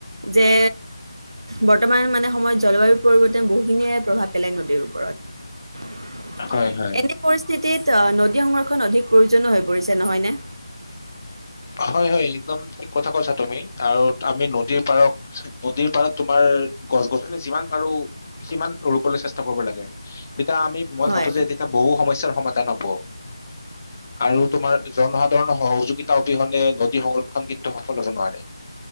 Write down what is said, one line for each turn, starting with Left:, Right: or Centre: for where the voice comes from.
Right: যে বৰ্তমান মানে সময়ত জলবায়ু পৰিৱৰ্তন বহুখিনিয়ে প্ৰভাৱ পেলাই নদীৰ ওপৰত। এনে
Left: হয় হয়
Right: পৰিস্থিতিত নদী সংৰক্ষ। অধিক প্ৰয়োজনীয় হৈ পৰিছে নহয়নে।
Left: হয় হয় একদম ঠিক কথা কৈছা তুমি আৰু আমি নদীৰ পাৰত নদীৰ পাৰত তোমাৰ গছ গছনি যিমান পাৰো সিমান ৰুবলৈ চেষ্টা কৰিব লাগে। এতিয়া আমি মই
Right: হয়
Left: ভাবো যে এতিয়া বহু সমস্যা ক্ষমতা নব আৰু তোমাৰ জনসাধাৰণ হওঁক। যোগিতা অবিহনে নদী সংৰক্ষণ কিন্তু সফল হ'ব নোৱাৰে।